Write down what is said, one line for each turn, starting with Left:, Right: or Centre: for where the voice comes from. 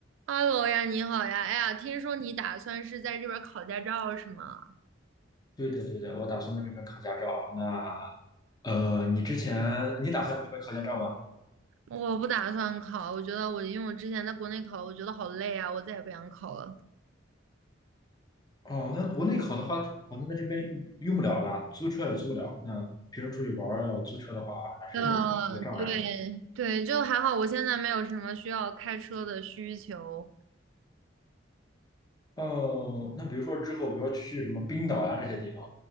Right: Hello 呀，你好呀！哎呀，听说你打算是在这边考驾照是吗？
Left: 对的，对的，我打算在这边考驾照。那呃，你之前你打算在这边考驾照吗？
Right: 我不打算考，我觉得我因为我之前在国内考，我觉得好累啊，我再也不想考了。
Left: 哦，那国内考的话，好像在这边用不了吧？租车也租不了。那平时出去玩儿要租车的话，还是一个障碍。
Right: 嗯，对对，就还好，我现在没有什么需要开车的需求。
Left: 哦，那比如说之后，比如说去什么冰岛呀、这些地方，